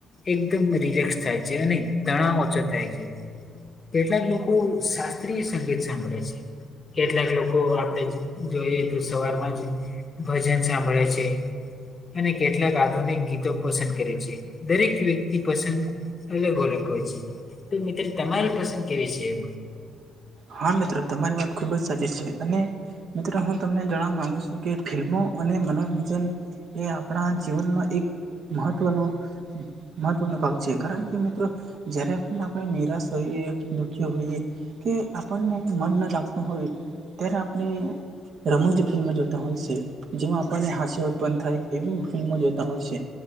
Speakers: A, on the left; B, on the right.
A: એકદમ રિલેક્સ થાય છે અને તણાવ ઓછો થાય છે. કેટલાક લોકો શાસ્ત્રીય સંગીત સાંભળે છે. કેટલાક લોકો આપણે જોઈએ તો સવારમાં જ ભજન સાંભળે છે. અને કેટલાક આધુનિક ગીતો પસંદ કરે છે. દરેક વ્યક્તિ પસંદ અલગ અલગ હોય છે. તો મિત્ર તમારી પસંદ કેવી છે એ.
B: હા મિત્ર તમારી વાત ખુબ જ સાચી છે અને. મિત્રો હું તમને જણાવા માંગુ છું કે ફિલ્મો અને મનોરંજન. એ આપણા જીવનમાં એક મહત્વનું. મહત્વનો ભાગ છે કારણ કે મિત્રો. જયારે પણ આપણે નિરાશ હોઈએ દુઃખી હોઈએ કે. આપણને મન ન લાગતું હોય ત્યારે આપણે. રમોજ ફિલ્મો જોતા હોય છે જેમાં આપણને હાસ્ય. ઉત્પન્ન થાય એવી ભૂલમાં જોતા હોય છે